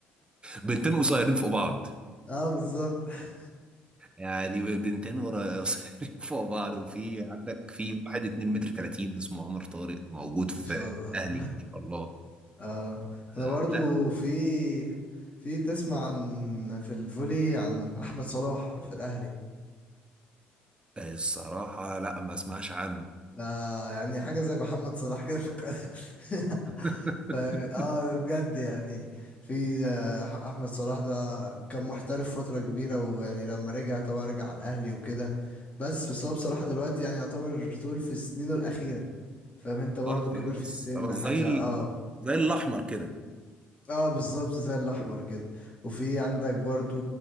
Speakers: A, on the right; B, on the left.
A: بنتين قصيرين فوق بعض
B: <laughs> اه بالظبط <laughs>
A: يعني ب- بنتين ورا- قصيرين فوق بعض وفي عندك في واحد 2 متر 30 اسمه عمر طارق موجود في
B: ما شاء الله
A: أهلي ما شاء الله
B: اه
A: آه
B: احنا برضو
A: لا
B: في في تسمع عن في الفولي عن احمد صلاح في الاهلي
A: الصراحة لا ما اسمعش عنه
B: ده يعني حاجة زي محمد صلاح كده في القناة <laughs>
A: <laughs>
B: ف اه ده بجد يعني في آه، أحمد صلاح ده كان محترف فترة كبيرة ويعني لما رجع طبعا رجع على الأهلي وكده بس بس هو بصراحة دلوقتي يعني يعتبر طول في سنينه الأخيرة فاهم انت برضو
A: اه خلاص
B: كبر في السن
A: خلاص
B: حاجة
A: زي ال...
B: اه
A: زي الاحمر كده
B: اه بالظبط زي الأحمر كده وفي عندك برضو